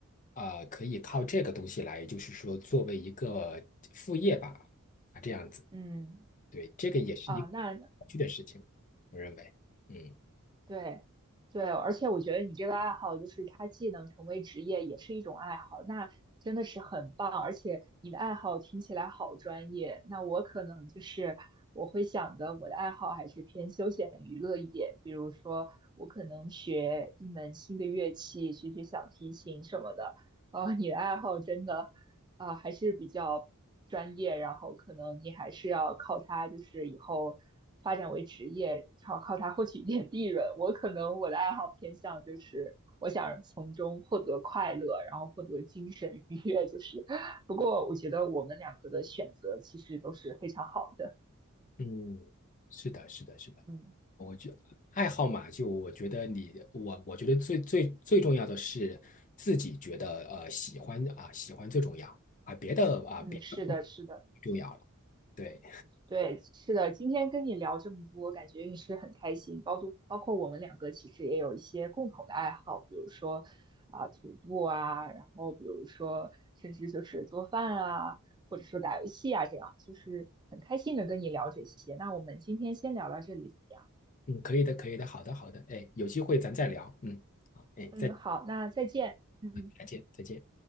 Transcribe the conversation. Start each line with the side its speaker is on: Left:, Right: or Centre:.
Left: 啊可以靠这个东西来，就是说作为一个副业吧啊这样子，
Right: 嗯
Left: 对，这个也是一个
Right: 啊，那
Left: 有趣的事情，我认为嗯。
Right: 对，对，而且我觉得你这个爱好，就是它既能成为职业，也是一种爱好，那真的是很棒。而且你的爱好听起来好专业，那我可能就是我会想的，我的爱好还是偏休闲娱乐一点，比如说我可能学一门新的乐器，学学小提琴什么的。哦，你的爱好真的。啊、还是比较专业，然后可能你还是要靠它，就是以后发展为职业，靠靠它获取一点利润。我可能我的爱好偏向就是我想从中获得快乐，然后获得精神愉悦，就是。不过我觉得我们两个的选择其实都是非常好的。
Left: 嗯，是的，是的，是的，
Right: 嗯
Left: 我觉爱好嘛，就我觉得你我我觉得最最最重要的是自己觉得呃喜欢啊、喜欢最重要啊，别的啊别的不
Right: 嗯，是的，是的。
Left: 重要了。对，
Right: 对，是的，今天跟你聊这么多，感觉也是很开心。包括包括我们两个其实也有一些共同的爱好，比如说啊、徒步啊，然后比如说甚至就是做饭啊，或者说打游戏啊，这样就是很开心能跟你聊这些。那我们今天先聊到这里怎么样？
Left: 嗯，可以的，可以的，好的，好的，哎，有机会咱再聊，嗯，好，哎，
Right: 嗯，
Left: 再
Right: 好，那再见。嗯。
Left: 再见，再见。